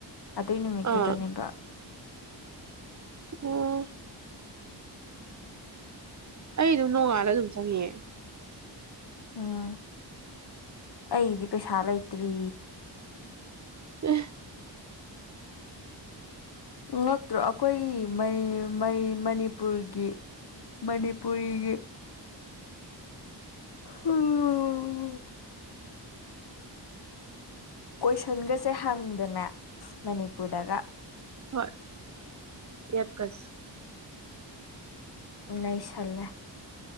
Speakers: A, on the left; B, on the right.
A: ꯑꯗꯨꯏ ꯅꯨꯃꯤꯠꯇꯨꯗꯅꯦꯕ
B: ꯑꯥ ꯑꯣ꯫ ꯑꯩ ꯑꯗꯨꯝ ꯅꯣꯡꯉꯥꯜꯂ ꯑꯗꯨꯝ ꯆꯪꯉ
A: ꯎꯝ ꯑꯩꯗꯤ ꯄꯩꯁꯥ ꯂꯩꯇ꯭ꯔꯤ
B: ꯎꯝ
A: ꯉꯛꯇ꯭ꯔꯣ ꯑꯩꯈꯣꯏꯒꯤꯩ ꯃꯅꯤꯄꯨꯔꯒꯤ ꯃꯅꯤꯄꯨꯔꯤꯒꯤ ꯎꯝ ꯀꯣꯏꯁꯟꯒꯁꯦ ꯍꯪꯗꯅꯦ ꯃꯅꯤꯄꯨꯔꯗꯒ
B: ꯍꯣꯏ ꯑꯦꯕꯀꯥꯁ
A: ꯉꯥꯏꯁꯜꯂꯦ